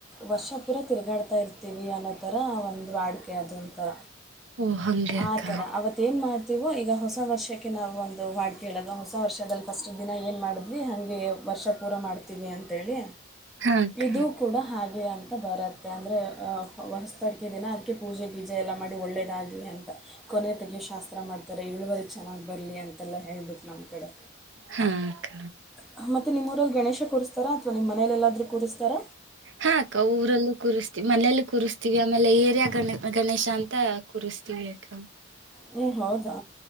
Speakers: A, in the centre; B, on the right.
A: ವರ್ಷ ಪೂರಾ ತಿರಗಾಡತ್ತಾ ಯನ್ನತ <unintelligible> <unintelligible> ಒಂದು ವಾಡಿಕೆ ಅದು ಒಂಥರ.
B: ಓ ಹಂಗೆ
A: ಆ
B: ಅಕ್ಕ
A: ತರ ಅವತ್ ಏನ್ ಮಾಡ್ತೀವೋ ಈಗ ಹೊಸ ವರ್ಷಕ್ಕೆ ನಾವು ಒಂದು ಅದು ಹಾಡ್ ಕೇಳಲ್ವ ಹೊಸ ವರ್ಷದಲ್ಲಿ ಫಸ್ಟ್ ದಿನ ಏನು ಮಾಡಿದ್ವಿ ಹಂಗೆ ವರ್ಷ ಪೂರ ಮಾಡ್ತೀವಿ ಅಂತೇಳಿ
B: ಹಾ ಅಕ್ಕ
A: ಇದು ಕೂಡ ಹಾಗೆ ಅಂತ ಬರುತ್ತೆ ಅಂದರೆ, ಅ ವಸ್ತ <unintelligible> ಕರ್ಕೆ <unintelligible> ದಿನ ಅದಕ್ಕೆ ಪೂಜೆ ಗೀಜೆ ಎಲ್ಲ ಮಾಡಿ ಒಳ್ಳೇದಾಗ್ಲಿ ಅಂತ ಕೊನೆ ತೆಗೆಯೋ ಶಾಸ್ತ್ರ ಮಾಡ್ತಾರೆ ಇಳುವರಿ ಚೆನ್ನಾಗ್ ಬರಲಿ ಅಂತೆಲ್ಲ ಹೇಳ್ಬಿಟ್ಟು ನಮ್ಮ ಕಡೆ.
B: ಹಾ ಅಕ್ಕ
A: ಅ ಮತ್ತೆ ನಿಮ್ಮೂರಲ್ಲಿ ಗಣೇಶ ಕೂರಸ್ತರಾ ಅತ್ <unintelligible> ನಿಮ್ ಮನೇಲ್ ಎಲ್ಲಾದರೂ ಕೂರಸ್ತಾರ?
B: ಹಾ ಅಕ್ಕ, ಊರಲ್ಲೂ ಕೂರಿಸ್ತಿವಿ ಮನೆಲ್ಲಿ ಕೂರಿಸ್ತಿವಿ, ಆಮೇಲೆ ಏರಿಯ ಗಣ ಗಣೇಶ ಅಂತ ಕೂರಿಸ್ತಿವಿ ಅಕ್ಕ.
A: ಹ್ಮ್, ಹೌದಾ?